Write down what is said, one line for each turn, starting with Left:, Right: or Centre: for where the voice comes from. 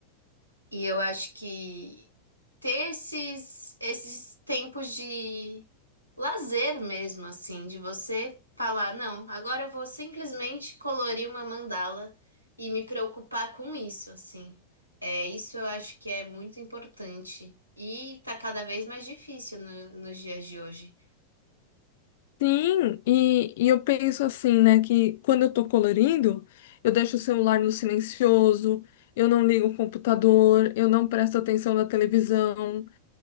Right: e eu acho que ter esses, esses tempos de lazer mesmo, assim, de você falar, não, agora eu vou simplesmente colorir uma mandala e me preocupar com isso, assim. É, isso eu acho que é muito importante. E tá cada vez mais difícil no- nos dias de hoje.
Left: Sim, e, e eu penso assim, né, que quando eu tô colorindo, eu deixo o celular no silencioso, eu não ligo o computador, eu não presto atenção na televisão,